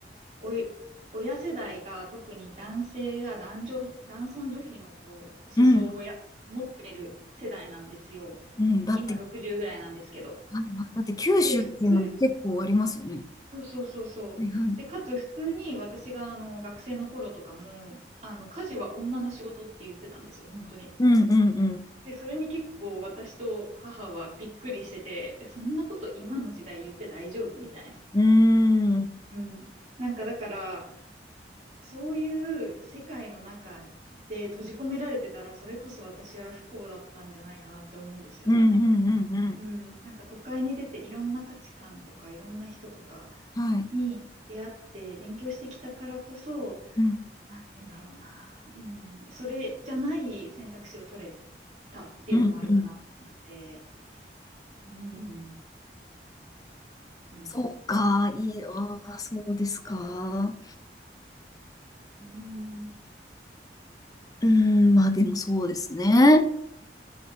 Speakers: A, on the right; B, on the left.
A: おい、親世代が特に男性が男女、男尊女卑のこう思想をや持ってる世代なんですよ。
B: うん。うん。だって、
A: 今60ぐらいなんですけど。
B: はいはい、だって九州っていうのも結構ありますよね。
A: で、普通、そうそうそうそう。
B: はいはい。
A: で、かつ普通に私があの学生の頃とかも、あの、家事は女の仕事って言ってたんですよ、本当に。
B: うんうん
A: で、それに結構私と母はびっくりしてて、えそんなこと今の時代言って大丈夫みたいな。
B: うん。うーん。
A: うん。なんかだから、そういう世界の中で閉じ込められてたら、それこそ私は不幸だったんじゃないかなって思うんですよね。
B: うんうんうんう
A: うん。なんか都会に出ていろんな価値観とかいろんな人とか
B: ん。はい。
A: に出会って勉強してきたからこそ、
B: うん
A: なんて言うんだろうな。うん。それじゃない選択肢を取れたっていうのもあるかなと思って。
B: うんうん。
A: うん。うん。
B: そうか、いい、ああ、そうですか。
A: うん。
B: うん、まあでもそうですね。